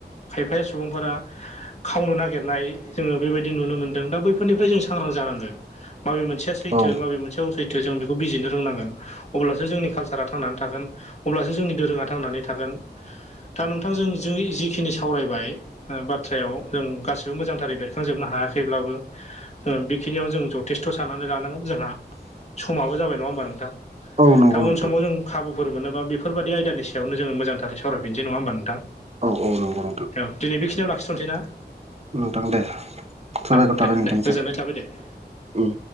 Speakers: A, on the left (about 40°); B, on the right (about 35°).
A: खायफाया सुबुंफोरा खावनो नागिरनाय जोंङो बेबायदि नुनो मोनदों दा बैफोरनिफ्राय जों सांग्रां जानांगोन माबे मोनसे मोनसेया सैथो
B: औ
A: माबे मोनसे अ सैथो जों बेखौ बिजिरनो रोंनांगोन अब्लासो जोंनि कालसारा थांनानै थागोन। अब्लासो जोंनि दोरोङा थांनानै थागोन दा नोंथांजों जों जिखिनि सावरायबाय बाथ्रायाव जों गासिबो मोजांथारै बेरखांजोबनो हायाखैब्लाबो बेखिनियाव जों जथाय थेस्थ साननानै लानांगोन जोंहा समाबो जाबाय नङा होमबा नोंथां?
B: औ नंगौ
A: दा
B: नोंथां
A: उन समाव जों खाबुफोर मोनोबा बेफोरबायदि आयदानि सायावनो मोजांथार सावरायफिसै नंङा होमबा नोंथां?
B: औ औ नंगौ नोंथां।
A: औ दिनै बेखिनियाव लाखिथ'नोसै ना?
B: नोंथां दे साबायखर
A: औ
B: थाबाय
A: दे
B: नोंथांनिसिम
A: दे गोजोननाय थाबाय दे नोंथां।
B: उम